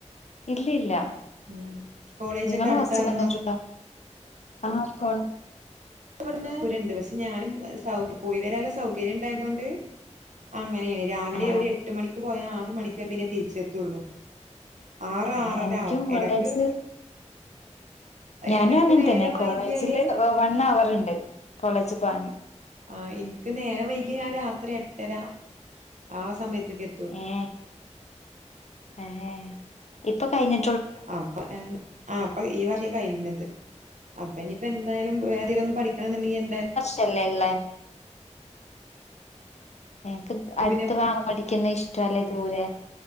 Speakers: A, on the left; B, on the right.
A: ഇല്ലല്ല നിങ്ങള്
B: ഉം കോളേജൊക്കെ
A: നിങ്ങള്
B: അടുത്തായിരുന്നോ
A: ഹോസ്റ്റൽല് നിന്ന്ട്ട്ണ്ടോ ആഹ് കൊ
B: ൻക്ക് വട്ന്ന് ദൂരണ്ട് പക്ഷെ ഞാനും പോയി വരാൻള്ള സൗകര്യം ഇണ്ടായതൊണ്ട് അങ്ങനെണ് രാവിലെ
A: ആഹ്
B: ഒരു എട്ട് മണിക്ക് പോയാ ആറ് മണിക്കെ പിന്നെ തിരിച്ചെത്തുള്ളൂ ആറ്
A: ആഹ്
B: ആറരാവും
A: എനിക്കും കോളേജ്
B: എടക്ക്
A: ഞാനും
B: എടക്ക്
A: അങ്ങനെ
B: നേരം
A: തന്നെ കോളേജില്
B: വൈകിയാല്
A: വൺ ഹവർ ഇണ്ട് കോളേജ് പോവാന്
B: ആഹ് ഇൻക്ക് നേരം വൈകിങ്ങാണ്ട് രാത്രി എട്ടര ആഹ് സമയത്ത്ക്കെ
A: ഏഹ് ഏഹ് ഇപ്പൊ കഴിഞ്ഞി
B: അപ്പൊ ആഹ് അപ്പൊ ഈ കഴിഞ്ഞത് അപ്പ ഇനിയിപ്പ എന്തായാലും വേ ന്തേലൊന്ന് പഠിക്കണന്ന്ണ്ടെങ്കി എന്തയാലും
A: ക്കല്ലേള്ളെ <unintelligible>
B: പിന്നെ
A: പഠിക്കുന്നെ ഇഷ്ടല്ലേ ദൂരെ